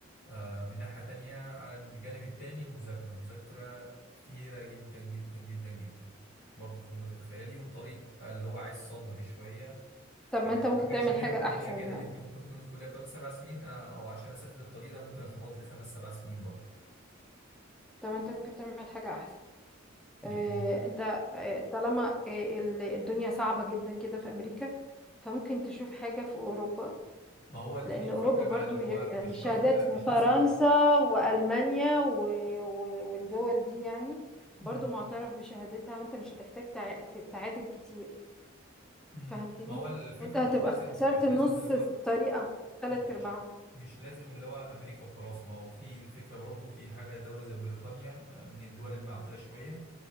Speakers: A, on the left; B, in the centre.
A: آه، من ناحية تانية على الجانب التاني المذاكرة مذاكرة كتيرة جدا جدا جدا جدا برضه فوق ما تتخيلي وطريق اللي هو عايز صبر شوية
B: طب
A: يعني
B: ما انت ممكن
A: حاجة
B: تعمل
A: شبيهة
B: حاجة
A: بالكلية
B: أحسن
A: كده
B: يعني
A: اللي انت ممكن تكوني في الكلية بتقعد سبع سنين اه اه عشان اسافر الطريق ده ممكن اخبط لي خمس سبع سنين برضه
B: طب ما انت ممكن تعمل حاجة أحسن
A: الايه
B: اه انت اه طالما آه، ال- الدنيا صعبة جدا كده في أمريكا فممكن تشوف حاجة في أوروبا
A: ما هو دي
B: لأن
A: دي الفكرة
B: أوروبا برضو
A: بقى اللي
B: ي-
A: هو
B: يعني
A: مش
B: شهادات
A: شرط لا مش
B: فرنسا
A: لازم
B: وألمانيا و... و... والدول دي يعني
A: مم.
B: برضو معترف بشهادتها وأنت مش هتحتاج تع... ت- تعادل كتير
A: مم.
B: فهمتني؟
A: ما هو الفكرة
B: وأنت هتبقى
A: مش لازم
B: اختصرت
A: مش
B: نص
A: لازم اللي هو
B: الطريق أو تلات
A: مش
B: أرباعه
A: مش لازم اللي هو امريكا وخلاص ما هو في الفكره برضو في حاجه دوله زي بريطانيا آه، من الدول المعقوله شويه